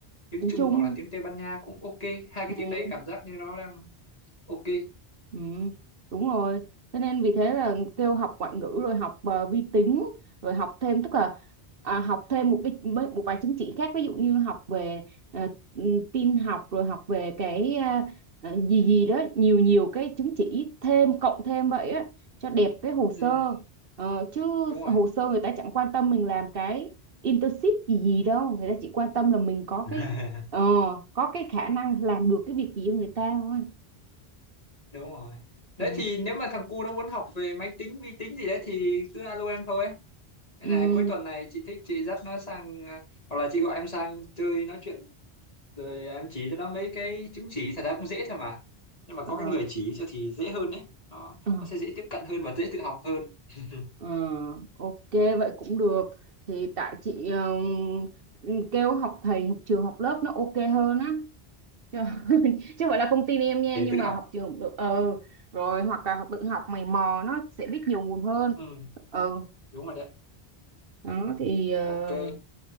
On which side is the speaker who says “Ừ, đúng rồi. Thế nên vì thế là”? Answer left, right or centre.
Right